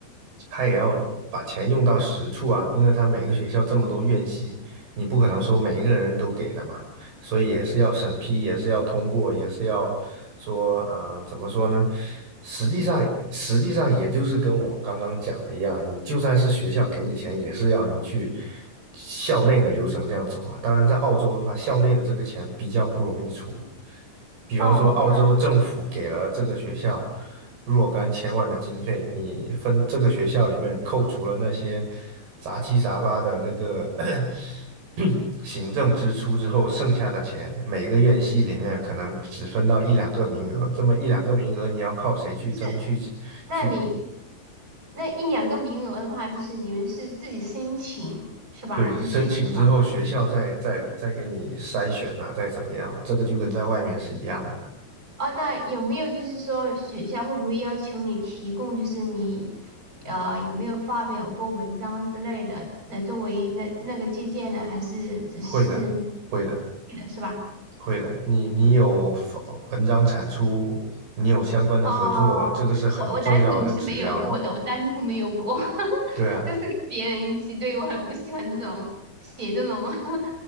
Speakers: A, on the right (about 65°); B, on the right (about 20°).
A: 他也要把钱用到实处啊，因为他每个学校这么多院系，你不可能说每一个人都给的嘛。所以也是要审批，也是要通过，也是要说，啊，怎么说呢？实际上，实际上也就是跟我刚刚讲的一样，你就算是学校给你钱，也是要你去校内的流程这样走啊。当然，在澳洲的话，校内的这个钱比较不容易出。比方说，
B: 哦，
A: 澳洲政府给了这个学校
B: 这样
A: 若干千万的经费，你分这个学校里面扣除了那些杂七杂八的那个 <coughs> <clears throat> 行政支出之后，剩下的钱每个院系里面可能只分到一两个名额，这么一两个名额你要靠谁去争去
B: 就是那你
A: 去
B: 那一两个名额的话，就是你们是自己申请是吧？
A: 对申请之后，
B: 进去。是吧？
A: 学校再再再给你筛选啊，再怎么样，这个就跟在外面是一样的，
B: 哦，那有没有就是说学校会不会要求你提供，就是你呃有没有发表过文章之类的，来作为那那个借鉴呢？还是只是
A: 会的，会的。
B: 是的是吧？
A: 会的，你你有发文章产出，你有相关的合作，
B: 哦，
A: 这个是很重要的指标了。
B: 我我单独是没有过的，我单独没有过，<laughs>
A: 对啊，
B: 就是跟别人一起。对，我很不喜欢这种写这种 <laughs>